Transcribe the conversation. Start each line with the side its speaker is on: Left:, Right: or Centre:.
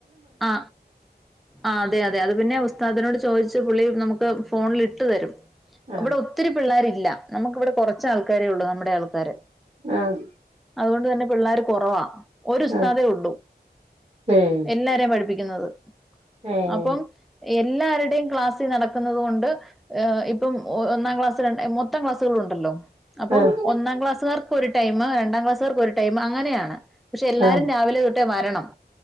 Centre: ആ ആ അതെയതെ അത്പിന്നെ ഉസ്താദിനോട് ചോ ദിച്ചു പുള്ളി നമുക്ക് ഫോണിൽ ഇട്ടുതരും
Right: ആഹ്
Centre: ഇവിടെ ഒത്തിരി പിള്ളേരില്ല നമുക്കിവിടെ കുറച്ച് ആൾക്കാരേ ഉള്ളൂ നമ്മുടെ ആൾക്കാര്
Right: ആഹ്
Centre: അതുകൊണ്ട് തന്നെ പിള്ളേര് കുറവാ ഒരുസ്താതേ
Right: ആഹ്
Centre: ഉള്ളൂ
Right: ഏഹ്
Centre: എല്ലാരെയും പഠിപ്പിക്കുന്നത്
Right: ഏഹ്
Centre: അപ്പൊ എല്ലാരുടേം ക്ലാസ്സി നടക്കുന്ന ന്നത്കൊണ്ട് ഇപ്പം ഒന്നാംക്ലാസ് ര മൊത്തം ക്ലാസ്സുകളും ഉണ്ടല്ലോ അപ്പം
Right: ആഹ്
Centre: ഒന്നാം ക്ലാസ്സുകർക്കൊരു ടൈമ് രണ്ടാം ക്ലാസ്സുകാർക്കൊരു ടൈമ് അങ്ങനെയാണ് പക്ഷെല്ലാരും
Right: ആഹ്
Centre: രാവിലെതൊട്ടേ വരണം